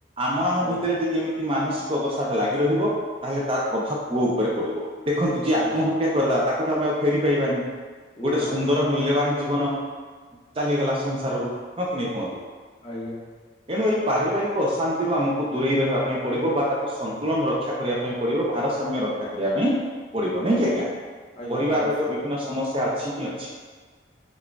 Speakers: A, on the right; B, on the left.
A: ଆମ ଆମ
B: ଆଜ୍ଞା
A: ଭିତରେ ଯଦି ଏମିତି ମାନସିକ ଅବସାଦ ଲାଗି ରହିବ ତାହେଲେ ତାର ପ୍ରଭାବ ପୁଅ ଉପରେ ପଡିବ। ଦେଖନ୍ତୁ ଯିଏ ଆତ୍ମହତ୍ୟା
B: ଆଜ୍ଞା
A: କରିଦେଲା ତାକୁ ତ ଆମେ ଆଉ ଫେରି ପାଇବାନି ଗୋଟେ
B: ନା
A: ସୁନ୍ଦର ମୂଲ୍ୟବାନ ଜୀବନ ଚାଲିଗଲା ସଂସାରରୁ ହଁ କି ନାଇ କୁହନ୍ତୁ?
B: ଆଜ୍ଞା।
A: ଏଣୁ ଏହି ପାରିବାରିକ ଅଶାନ୍ତିରୁ ଆମକୁ ଦୂରେଇ ରହିବା ପାଇଁ ପଡ଼ିବ ବା ତାକୁ ସନ୍ତୁଳନ ରକ୍ଷା କରିବା ପାଇଁ ପଡ଼ିବ ଭାରତ ସମ୍ୟ ରକ୍ଷା କରିବା ପାଇଁ ପଡିବ ନାଇକି ଆଜ୍ଞା
B: ଆଜ୍ଞା
A: ପରିବାରରେ
B: ନିଶ୍ଚିତ
A: ତ ବିଭିନ୍ନ ସମସ୍ୟା ଅ ଠିକି ଅଛି।